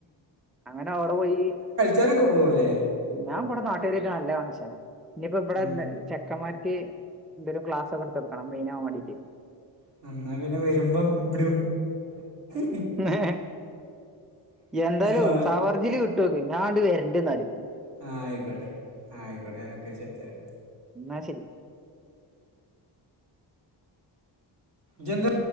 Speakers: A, in the centre; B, on the right.
A: അങ്ങനെ അവിടെ പോയി
B: ചനക്ക് പോവല്ലേ
A: ഞാൻ ഇബടെ നാട്ടേരെറ്റ് നല്ലകണശനാ ഇഞ്ഞ്പ്പോ ഇബടെ
B: ഉം.
A: ചേ ക്കമാര്ക്ക് ഇന്റോരു ക്ലാസ്ക്കെ എട്ത്തെട്ക്കണം മൈനവാൻ വണ്ടീട്ട്
B: ന്നാ നിങ്ങൾ പിന്നെ വര്മ്പോ ഇവിട് <unintelligible>
A: മേ എന്താലും
B: ഇത് വാ-
A: സവർജില്ല് കിട്ടൂ പിന്നാണ്ട് വരണ്ട്ന്നാല്
B: ആഹ ആയ്ക്കോട്ടെ ആഹ ആയ്ക്കോട്ടെ ഓക്കേ ശെരി ശെരി
A: ന്നാ ശെരി
B: ഇജെന്ത